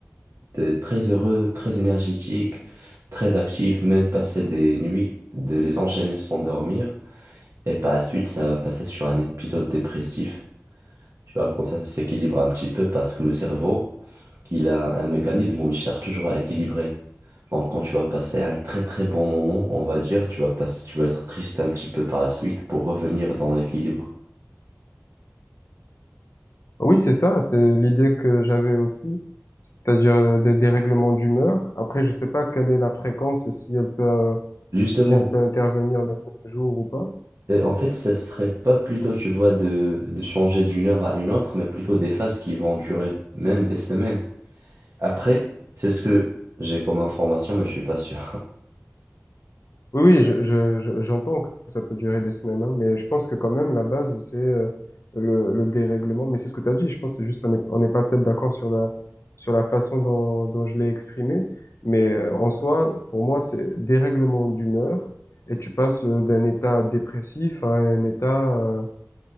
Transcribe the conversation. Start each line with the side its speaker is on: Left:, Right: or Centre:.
Right: t'es très heureux, très énergétique, très actif, même passer des nuits, de les enchaîner sans dormir. Et par la suite, ça va passer sur un épisode dépressif. Tu vois, comme ça, ça s'équilibre un petit peu parce que le cerveau, il a un mécanisme où il cherche toujours à équilibrer. Donc, quand tu vas passer un très très bon moment, on va dire, tu vas passer, tu vas être triste un petit peu par la suite pour revenir dans l'équilibre.
Left: Ah Oui, c'est ça, c'est l'idée que j'avais aussi, c'est-à-dire euh, des dérèglements d'humeur. Après, je sais pas quelle est la fréquence, si elle peut, euh,
Right: Justement,
Left: si elle peut intervenir le même jour ou pas.
Right: Euh, en fait, ce serait pas plutôt, tu vois, de, de changer d'une heure à une autre, mais plutôt des phases qui vont durer même des semaines. Après, c'est ce que j'ai comme information, mais je suis pas sûr.
Left: Oui, oui, je, je, je- j'entends que ça peut durer des semaines, hein, mais je pense que quand même, la base, c'est euh, le, le dérèglement. Mais c'est ce que tu as dit, je pense que c'est juste qu'on n'est on n'est pas peut-être d'accord sur la, sur la façon dont, dont je l'ai exprimé, mais euh, en soi, pour moi, c'est dérèglement d'humeur, et tu passes euh, d'un état dépressif à un état, euh,